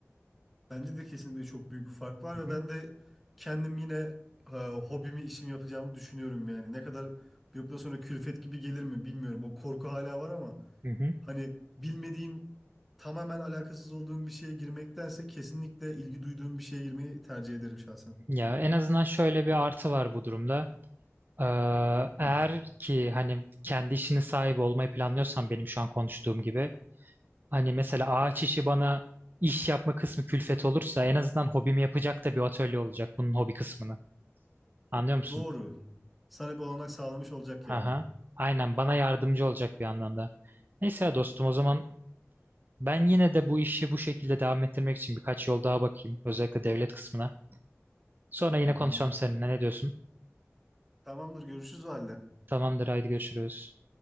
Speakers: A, in the centre; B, on the right (about 40°).
A: Bence de kesinlikle çok büyük bir fark var
B: Hı
A: ve
B: hı,
A: ben de kendim yine e, hobimi işim yapacağımı düşünüyorum yani. Ne kadar bir noktadan sonra külfet gibi gelir mi bilmiyorum. O korku hala var ama
B: hı hı.
A: hani bilmediğim tamamen alakasız olduğum bir şeye girmektense kesinlikle ilgi duyduğum bir şeye girmeyi tercih ederim şahsen.
B: Ya en azından şöyle bir artı var bu durumda. Ee, eğer
A: Hı.
B: ki hani kendi işinin sahibi olmayı planlıyorsan benim şu an konuştuğum gibi hani mesela ağaç işi bana iş yapma kısmı külfet olursa en azından hobimi yapacak da bir atölye olacak bunun hobi kısmını. Anlıyor musun?
A: Doğru. Sana bir olanak sağlamış olacak yani.
B: Aha. Aynen bana yardımcı olacak bir anlamda. Neyse ya dostum o zaman ben yine de bu işi bu şekilde devam ettirmek için birkaç yol daha bakayım. Özellikle devlet kısmına. Sonra yine
A: Hı hı.
B: konuşalım seninle. Ne diyorsun?
A: Tamamdır görüşürüz o halde.
B: Tamamdır, haydi görüşürüz.